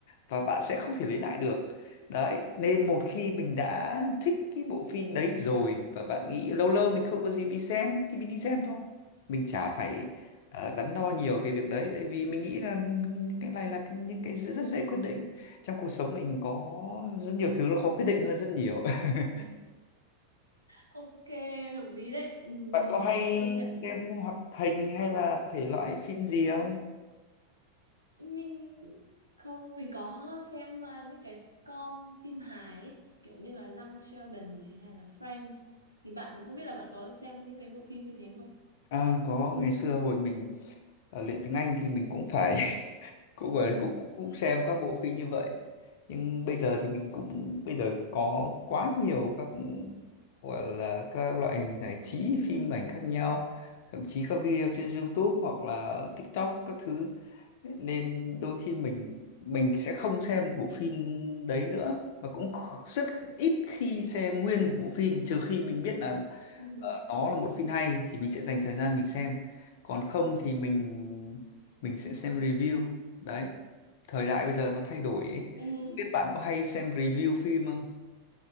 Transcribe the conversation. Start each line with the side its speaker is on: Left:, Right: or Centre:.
Left: và bạn sẽ không thể lấy lại được đấy nên một khi mình đã thích cái bộ phim đấy rồi và bạn nghĩ lâu lâu mình không có dịp đi xem thì mình đi xem thôi mình chả phải ờ, đắn đo nhiều cái việc đấy tại vì mình nghĩ là cái này là cái- những cái rất, rất dễ quyết định trong cuộc sống mình có rất nhiều thứ nó khó quyết định hơn rất nhiều <laughs>
Right: Ừ. Ok, hợp lý đấy. Ừm,
Left: bạn có hay
Right: công nhận
Left: xem hoạt hình hay là thể loại phim gì không
Right: mình không mình có xem à, những cái sitcom phim hài ấy, kiểu như là Young Sheldon này hay là Friends thì bạn không biết là bạn có xem những cái bộ phim như thế không?
Left: à có ngày xưa hồi mình ờ, luyện tiếng Anh thì mình cũng phải cũng gọi là
Right: <laughs>
Left: cũng cũng cũng xem các bộ phim như vậy nhưng bây giờ thì mình cũng bây giờ có quá nhiều các gọi là các loại hình giải trí phim ảnh khác nhau thậm chí các video trên YouTube hoặc là TikTok các thứ nên đôi khi mình mình sẽ không xem một bộ phim đấy nữa và cũng kh- rất ít khi xem nguyên một bộ phim trừ khi mình biết là
Right: Ừ.
Left: ờ, nó là một phim hay thì mình sẽ dành thời gian mình xem còn không thì mình mình sẽ xem review đấy thời đại bây giờ nó thay đổi ấy.
Right: Ừ.
Left: không biết bạn có hay xem review phim không